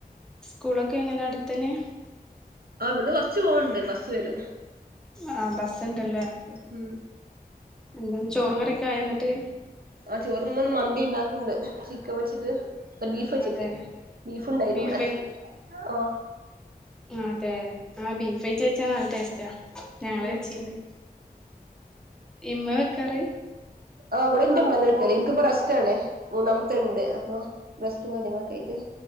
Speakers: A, in the centre; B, on the right (about 70°).
A: സ്കൂളൊക്കെങ്ങനെ അട്ത്തെന്നെ
B: ആ ഇവ്ട്ന്ന് കൊർച്ച് പോവാണ്ട് ബസ്സ് വരും
A: ആഹ് ബസ്സിണ്ട് ലേ
B: ഉം
A: എന്താന്ന് ചോറും കറ്യൊക്കായ ഇന്ന്ട്ട്
B: ആഹ് ചോറ് മ്മന്ന് മന്തിണ്ടാക്കിണ്ട് ചിക്കൻ വെച്ചിട്ട് ബീഫെച്ചിട്ട്
A: അതെ
B: ബീഫ്ണ്ടായീന്നുവ്ടെ
A: ബീഫ്
B: ആഹ്
A: ആഹ് അതെ ആഹ് ബീഫേറ്റ് വെച്ചാ നൽ ടേസ്റ്റാ ഞങ്ങള്
B: ഉം
A: വെച്ചീണ്ട്, ഇമ്മേ വെക്കാറ്?
B: ആഹ് ബടെ ന്റെമ്മന്നെ വെക്കല് ഇൻകിപ്പൊ റെസ്റ്റാണ് മൂന്നാംത്തെണ്ട് അപ്പൊ റെസ്റ്റും കാര്യങ്ങളൊക്കായ്റ്റ്